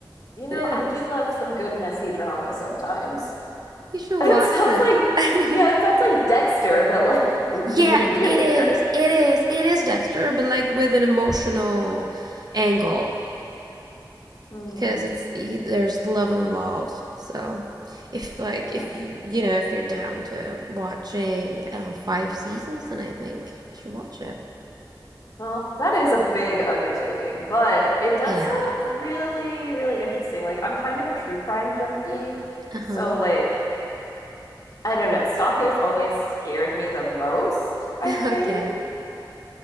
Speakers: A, on the left; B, on the right.
A: You know,
B: It is.
A: I do love some good messy drama sometimes. <laughs>
B: You should
A: It
B: watch
A: sounds
B: it.
A: like,
B: <laughs>
A: yeah, it sounds like Dexter, but like w-
B: yeah,
A: even
B: it
A: weirder.
B: it is. It is. It is Dexter, but like with an emotional angle
A: Hmm.
B: because it's there's love involved. So, if like
A: Yeah.
B: if you you know if you're down to watching uh, five seasons, then I think you should watch it.
A: Well, that is a big undertaking, but it does
B: Yeah.
A: sound really, really interesting. Like, I'm kind of a true crime junkie.
B: Uh-huh.
A: So, like, I don't know. Stalkers always scared me the most, I
B: <laughs>
A: think.
B: Okay.